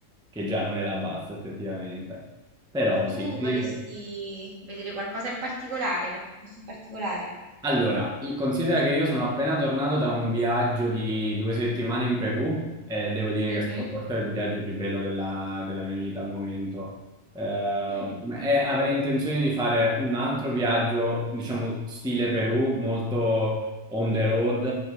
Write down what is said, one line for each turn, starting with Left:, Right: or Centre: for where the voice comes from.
Centre: che già non era basso effettivamente. Però
Right: Tu
Centre: sì, dire-
Right: vorresti vedere qualcosa in particolare, qualche posto in particolare?
Centre: Allora, io- considera che io sono appena tornato da un viaggio di due settimane in Perù e devo dire
Right: Mm-hmm.
Centre: che è stato forse il viaggio più bello della, della mia vita al momento. Eh,
Right: Mm,
Centre: e avrei intenzione di fare un altro viaggio, diciamo, stile Perù, molto on the road,